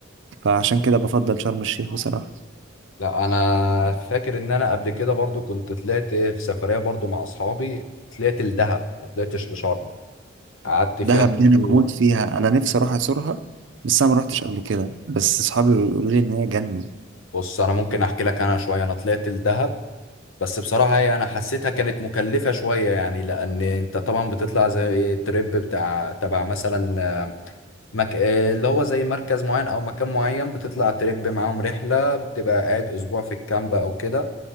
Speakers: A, on the right; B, on the left.
A: فعشان كده بفضل شرم الشيخ بصراحه
B: لا انا فاكر ان انا قبل كده برضو كنت طلعت في سفرية برضو مع اصحابي طلعت الدهب ما طلعتش لشرم قعدت
A: دهب
B: فيها برضو
A: دي انا بموت فيها انا نفسي اروح ازورها بس انا ما روحتش قبل كده بس اصحابي بيقولوا لي ان هي جنه
B: بص انا ممكن احكي لك انا شويه انا طلعت الدهب بس بصراحه هي انا حسيتها كانت مكلفه شويه يعني لان انت طبعا بتطلع زي تريب بتاع تبع مثلا آه، مك... آه، اللي هو زي مركز معين او مكان معين بتطلع تريب معاهم رحله بتبقى قاعد اسبوع في الكامب او كده